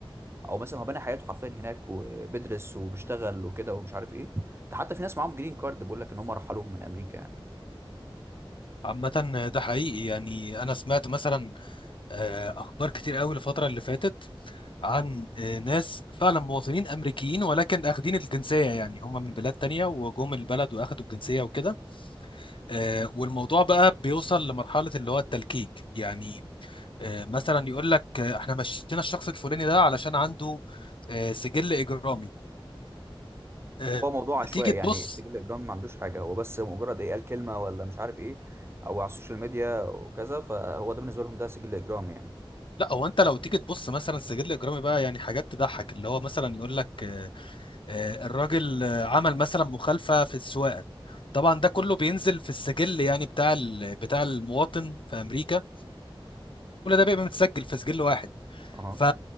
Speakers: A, on the right; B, on the left.
A: أو مثلا هو بنى حياته حرفيا هناك وبيدرس وبيشتغل وكده ومش عارف إيه ده حتى في ناس معاهم جرين كارد بيقول لك إن هم رحلوهم من أمريكا يعني
B: عامه ده حقيقي يعني انا سمعت مثلا آه، اخبار كتير قوي الفتره اللي فاتت عن آه، ناس فعلا مواطنين امريكيين ولكن اخدين الجنسيه يعني هم من بلاد تانية وجم البلد واخدوا الجنسيه وكده آه، والموضوع بقى بيوصل لمرحله اللي هو التلكيك يعني آه، مثلا يقول لك آه، احنا مشينا الشخص الفلاني ده علشان عنده آه، سجل اجرامي آه،
A: اللي هو موضوع عشوائي
B: تيجي تبص
A: يعني السجل الاجرامي ما عندوش حاجه هو بس مجرد ايه قال كلمه ولا مش عارف ايه او على السوشيال ميديا وكذا فهو ده بالنسبه لهم ده سجل اجرامي يعني
B: لا هو انت لو تيجي تبص مثلا سجل اجرامي بقى يعني حاجات تضحك اللي هو مثلا يقول لك آه، آه، الراجل آه، عمل مثلا مخالفة في السواقة طبعا ده كله بينزل في السجل يعني بتاع ال- بتاع المواطن في امريكا كل ده بيبقى متسجل في سجل واحد
A: اها
B: ف